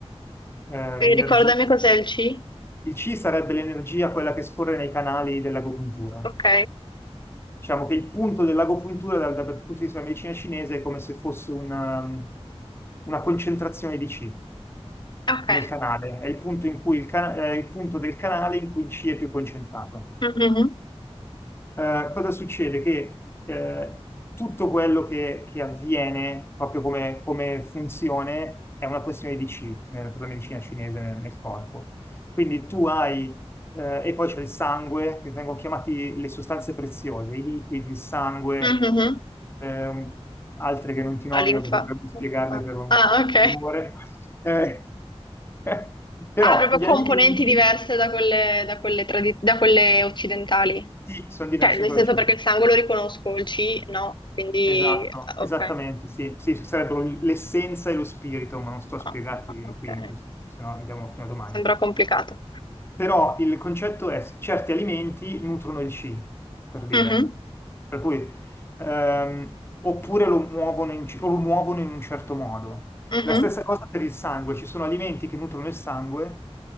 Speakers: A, on the left; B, on the left.
A: l'energia.
B: E ricordami
A: diciamo.
B: cos'è il C?
A: Il C sarebbe l'energia, quella che scorre nei canali dell'agopuntura.
B: Ok,
A: Diciamo che il punto dell'agopuntura dal, dal punto di vista della medicina cinese è come se fosse una, una concentrazione di Qi
B: ok.
A: nel canale, è il punto, in cui il, ca- è il punto del canale in cui il Qi è più concentrato
B: Mhm,
A: eh, cosa succede? Che eh, tutto quello che, che avviene proprio come, come funzione è una questione di Qi, eh, per la medicina cinese nel, nel corpo. Quindi tu hai, eh, e poi c'è il sangue, che vengono chiamati le sostanze preziose, i liquidi, il sangue,
B: mhm.
A: ehm, altre che non ti nomino
B: La linfa.
A: perché dovremmo spiegarle per un
B: Ah, ok.
A: per un'ora. Eh, <laughs> però
B: Ha proprio
A: gli
B: componenti
A: alimenti
B: diverse da quelle, da quelle tradi- da quelle occidentali.
A: sì, sono diversi
B: Cioè, nel
A: da quello
B: senso
A: che ci
B: perché
A: sono.
B: il sangue lo riconosco, il C no, quindi
A: Esatto,
B: ah,
A: esattamente,
B: ok.
A: sì, sì, ci sarebbero l'essenza e lo spirito, ma non sto a spiegarti
B: Ah, ah, ok.
A: qui, in questo- se no andiamo fino a domani.
B: Sembra complicato.
A: Però il concetto è s- certi alimenti nutrono il C, per dire,
B: Mhm,
A: per cui ehm, oppure lo muovono in, ci- o lo muovono in un certo modo.
B: mhm,
A: La stessa cosa per il sangue, ci sono alimenti che nutrono il sangue